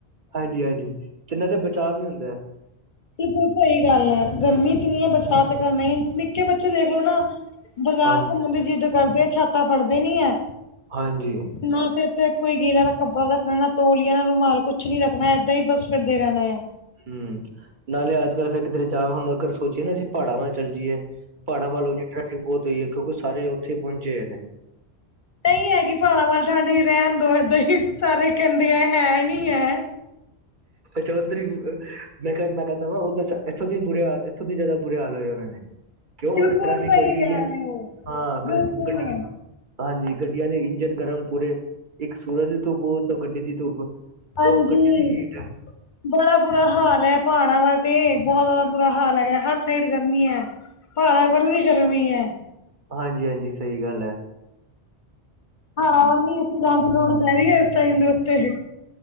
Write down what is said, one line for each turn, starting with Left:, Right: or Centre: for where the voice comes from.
Right: ਹਾਂਜੀ -ਹਾਂਜੀ, ਤੇ ਨਾਲੇ ਬਚਾਅ ਵੀ ਹੁੰਦਾ ਏ।
Left: ਬਿਲਕੁਲ ਸਹੀ ਗੱਲ ਏ, ਗਰਮੀ ਇਤਨੀ ਏ ਬਚਾਅ ਤਾਂ ਕਰਨਾ ਹੀ, ਨਿੱਕੇ ਬੱਚੇ ਦੇਖਲੋ ਨਾ ਬਾਜ਼ਾਰ
Right: ਹਾਂਜੀ
Left: ਘੁੰਮਣ ਦੀ ਜਿੱਦ ਕਰਦੇ ਛਾਤਾਂ ਫੜਦੇ ਨੀ ਏ
Right: ਹਾਂਜੀ
Left: ਨਾ ਫਿਰ ਤੇ ਕੋਈ ਗੀਲਾ ਦਾ ਕੱਪੜਾ ਰੱਖਣਾ ਨਾ ਤੋਲਆ, ਨਾ ਰੁਮਾਲ, ਕੁਛ ਨੀ ਰੱਖਣਾ ਏਦਾਂ ਹੀ ਬੱਸ ਫਿਰਦੇ ਰਹਿਣਾ ਆ।
Right: ਹਮ-ਮ, ਨਾਲੇ ਅੱਜ ਕੱਲ੍ਹ ਫੇਿਰ ਕਿਦਰੇ ਜਾ ਹੁਣ ਅਗਰ ਸੋਚੀਏ ਨਾ ਅਸੀਂ ਪਾੜਾਂ ਚੱਲ ਜਾਈਏ। ਪਹਾੜਾਂ ਵੱਲੋਂ ਦੀ ਟ੍ਰੈਫਿਕ ਬਹੁਤ ਹੋਈ ਏ, ਕਿਉਂਕਿ ਸਾਰੇ ਉੱਥੇ ਈ ਪਹੁੰਚੇ ਹੋਏ ਨੇ।
Left: ਨਹੀਂ ਹੈਗੀ ਪਾੜਾਂ ਵੱਲ ਠੰਡ ਵੀ ਰਹਿਣ ਦੋ ਏਦਾਂ ਹੀ ਸਾਰੇ ਕਹਿੰਦੇ ਆ ਹੈ ਨੀ ਹੈ।
Right: ਚੌਧਰੀ ਮੈਂ ਕਿਹਾ, ਮੈਂ ਕਹਿੰਦਾ ਵਾ ਉ ਇੱਥੋਂ ਵੀ ਇੱਥੋਂ ਵੀ ਜਾਦਾ ਬੁਰੇ ਹਾਲ ਹੋਏ ਹੋਣੇ। ਕੇਓ
Left: ਬਿਲਕੁਲ
Right: ਓਥੇ ਟ੍ਰੈਫਿਕ
Left: ਸਹੀ
Right: ਹੋਈਗੀ
Left: ਕਹਿ ਰਹੇ
Right: ਈ,
Left: ਹੋ
Right: ਹਾਂ ਗ
Left: ਬਿਲਕੁਲ
Right: ਗੱਡੀਆਂ। ਹਾਂਜੀ ਗੱਡੀਆਂ ਦੇ ਇੰਜਨ ਗਰਮ ਪੂਰੇ, ਇੱਕ ਸੂਰਜ ਦੀ ਧੁੱਪ ਓਥੋ ਗੱਡੀ ਦੀ ਧੁੱਪ।
Left: ਹਾਂਜੀ।
Right: ਉਹ ਗੱਡੀ ਦੀ ਹੀਟ ਹੈ।
Left: ਬੜਾ ਬੁਰਾ ਹਾਲ ਐ, ਪਹਾੜਾਂ ਵੱਲ ਤੇ ਬੋਤ ਜਾ਼ਦਾ ਬੁਰਾ ਹਾਲ ਹੈਗੈ ਹਰ ਸੈੜ ਗਰਮੀ ਐ। ਪਹਾੜਾਂ ਵੱਲ ਵੀ ਗਰਮੀ ਐ।
Right: ਹਾਂਜੀ-ਹਾਂਜੀ ਸਈ ਗੱਲ ਐ।
Left: ਪਹਾੜਾ ਵੱਲ ਨੀ ਅਸੀਂ ਰੈਨ ਦੀ ਲੋੜ <unintelligible> ਏਸ ਟੈਮ ਦੇ ਓਤੇ ਅਸੀ।